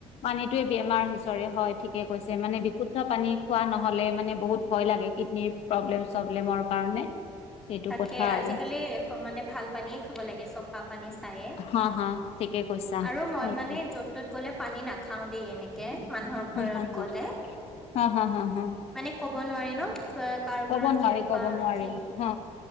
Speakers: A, on the left (about 60°); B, in the centre.
A: পানীটোয়ে বেমাৰ হৈছে। ৰে হয় ঠিকে কৈছে মানে বিশুদ্ধ পানী খোৱা নহ'লে। মানে বহুত ভয় লাগে কিডনিৰ প্ৰব্লেম চব্লেমৰ কাৰণে। সেইটো
B: তাকে
A: কথা আৰু
B: আজিকালি মানে ভাল পানীয়ে খাব লাগে চফা পানী চায়য়ে।
A: হা হা ঠিকে কৈছা
B: আৰু
A: সেইটো
B: মই মানে য'ত ত'ত গ'লে পানী নাখাও দেই এনেকে। মানুহৰ
A: হা
B: ঘৰত
A: হা হা
B: গ'লে।
A: হা হা হা হা
B: মানে ক'ব নোৱাৰি ন কাৰ
A: কব
B: ঘৰত
A: নোৱাৰি
B: কেনেকুৱা
A: ক'ব নোৱাৰি।
B: কি
A: অ